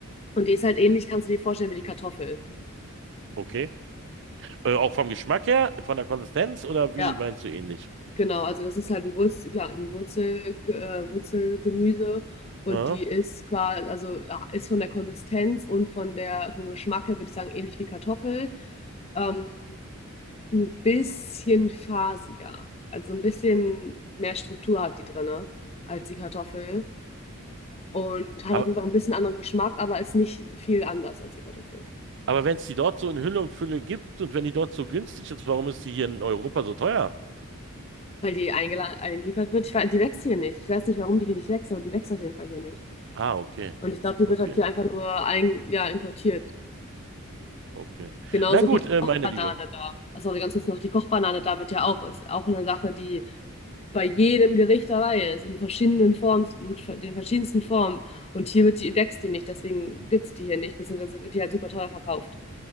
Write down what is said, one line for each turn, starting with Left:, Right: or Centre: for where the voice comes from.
Left: Und die ist halt ähnlich, kannst du dir vorstellen, wie die Kartoffel.
Right: Okay. Äh, auch vom Geschmack her, von der Konsistenz oder
Left: Ja,
Right: wie meinst du ähnlich?
Left: genau, also das ist halt ein Wurzel, klar, ein Wurzel, äh, Wurzelgemüse und
Right: Ja.
Left: die ist quasi, also ja, ist von der Konsistenz und von der, vom Geschmack her, würde ich sagen, ähnlich wie Kartoffel. Ähm, ein bisschen fasiger. Also ein bisschen mehr Struktur hat die drinne als die Kartoffel. Und hat
Right: Aber,
Left: auf jeden Fall ein bisschen anderen Geschmack, aber ist nicht viel anders als die Kartoffel.
Right: aber wenn es die dort so in Hülle und Fülle gibt und wenn die dort so günstig ist, warum ist die hier in Europa so teuer?
Left: Weil die eingela- eingeliefert wird. Ich weiß, die wächst hier nicht. Ich weiß nicht, warum die hier nicht wächst, aber die wächst auf jeden Fall hier nicht.
Right: Ah, okay.
Left: Und ich glaube, die
Right: Okay,
Left: wird halt hier einfach nur ein, ja, importiert.
Right: okay.
Left: Genauso
Right: Na gut,
Left: wie die
Right: äh,
Left: Kochbanane
Right: meine Liebe.
Left: da. Achso, ganz kurz noch, die Kochbanane da wird ja auch, ist auch eine Sache, die bei jedem Gericht dabei ist, in verschiedenen Formen, in den verschiedensten Formen. Und hier wird die, wächst die nicht, deswegen gibt es die hier nicht, beziehungsweise wird die halt super teuer verkauft.